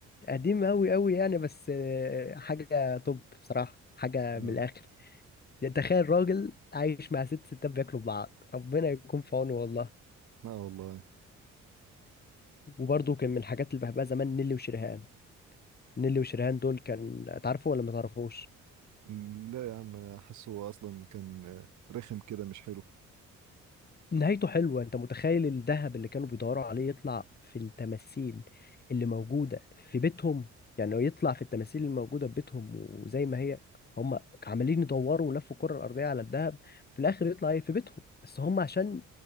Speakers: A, on the left (about 30°); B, on the right (about 70°).
A: قديم قوي قوي يعني بس آه، حاجه توب بصراحه حاجه
B: اه
A: من الاخر يعني تخيل راجل عايش مع ست ستات بياكلوا ببعض ربنا يكون في عونه والله
B: اه والله
A: وبرضه كان من الحاجات اللي بحبها زمان نيلي وشريهان نيلي وشريهان دول كان تعرفوا ولا ما تعرفوش
B: م، لا يا عم انا حاسه اصلا كان آه، رخم كده مش حلو
A: نهايته حلوة انت متخيل الذهب اللي كانوا بيدوروا عليه يطلع في التماثيل اللي موجودة في بيتهم يعني هو يطلع في التماثيل الموجودة في بيتهم وزي ما هي هم عمالين يدوروا ولفوا الكرة الأرضية على الذهب في الآخر يطلع ايه في بيتهم بس هم عشان